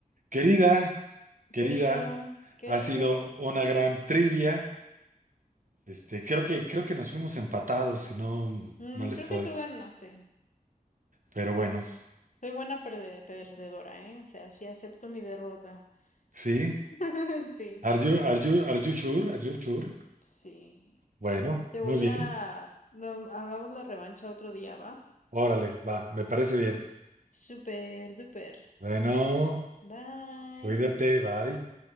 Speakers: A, on the right (about 60°); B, on the left (about 55°).
A: Querida, querida,
B: Querido, querido.
A: ha sido una gran trivia. Este, creo que, creo que nos fuimos empatados, si no
B: Mm,
A: mal
B: creo
A: estoy,
B: que tú ganaste.
A: pero bueno.
B: Soy buena perde- perdedora, ¿eh? O sea, sí acepto mi derrota.
A: Sí.
B: <laughs> Sí.
A: Are you, are you- are you sure? Are you sure?
B: Sí.
A: Bueno,
B: Te voy
A: muy bien.
B: a... no, hagamos la revancha otro día, ¿va?
A: Órale, va, me parece bien.
B: Super duper.
A: Bueno,
B: Bye.
A: cuídate, bye.